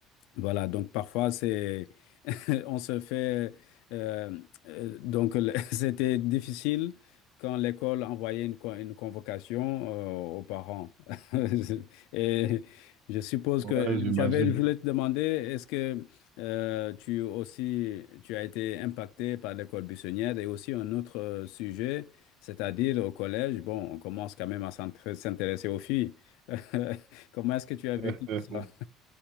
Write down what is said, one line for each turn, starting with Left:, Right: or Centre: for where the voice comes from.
Left: voilà, donc parfois c'est <laughs> On se fait euh, euh, donc le- <laughs> c'était difficile quand l'école envoyait une, co- une convocation euh, aux parents. <laughs> Et je suppose
Right: Ouais,
Left: que
Right: j'imagine.
Left: j'avais, je voulais te demander, est-ce que euh, tu aussi tu as été impacté par l'école buissonnière et aussi un autre euh, sujet, c'est-à-dire au collège, bon, on commence quand même à s'intér- s'intéresser aux filles. <laughs> Comment est-ce que tu as
Right: <laughs>
Left: vécu ça?